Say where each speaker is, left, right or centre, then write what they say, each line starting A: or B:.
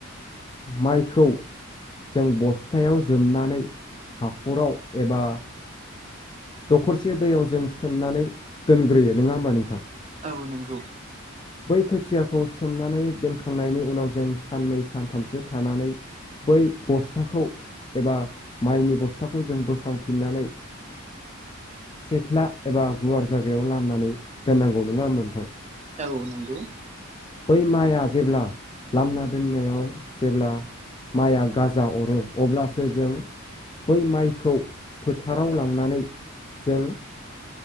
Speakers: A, on the left (about 20°); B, on the right (about 30°).
A: माइखौ जों बस्थायाव जोबनानै हाखराव एबा दखरसे दैयाव जों सोमनानै दोनग्रोयो नङा होमबा नोंथां
B: औ नंगौ
A: बै खोथियाखौ सोमनानै दोनखांनायनि उनाव जों साननै सानथामसो थानानै बै बस्थाखौ एबा माइनि बस्थाखौ जों बोखांफिननानै सिथ्ला एबा गुवार जायगायाव लामनानै दोननांगौ नङा मोनथां
B: औ नंगौ।
A: बै माइआ जेब्ला लामना दोननायाव जेब्ला माइया गाजा अरो अब्लासो जों बै माइखौ फोथाराव लांनानै जों